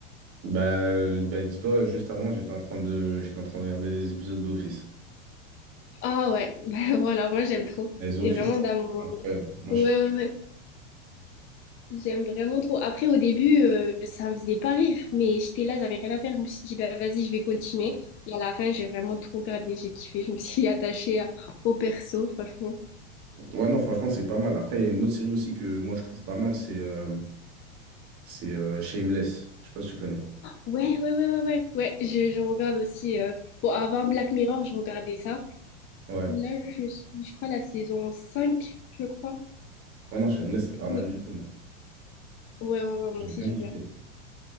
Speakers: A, on the right; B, on the left.
A: Bah, bah, dis-toi, juste avant, j'étais en train de, j'étais en train de regarder des épisodes d'Office.
B: Ah ouais, <laughs> bah, voilà, moi j'aime trop.
A: Les Office,
B: C'est vraiment
A: c'est
B: dans mon...
A: incroyable. Moi,
B: Ouais,
A: je... kiffe.
B: ouais, ouais. J'aime vraiment trop. Après, au début, euh, ça me faisait pas rire, mais j'étais là, j'avais rien à faire. Je me suis dit, bah vas-y, je vais continuer. Et à la fin, j'ai vraiment tout regardé, j'ai kiffé. Je me suis <laughs> attachée à- au perso, franchement.
A: Ouais, non, franchement, c'est pas mal. Après, il y a une autre série aussi que moi, je trouve pas mal, c'est... euh, C'est euh, Shameless. Je sais pas si tu connais.
B: Ouais, ouais, ouais, ouais, ouais. Ouais, je, je regarde aussi. euh, Bon, avant Black Mirror, je regardais ça.
A: Ouais.
B: Là, je suis, je crois, la saison 5 je crois.
A: Ouais, non, Shameless, c'est pas mal
B: Mais...
A: du tout, même.
B: Ouais, ouais, ouais, moi
A: J'ai
B: aussi,
A: bien
B: j'aime
A: kiffé.
B: bien.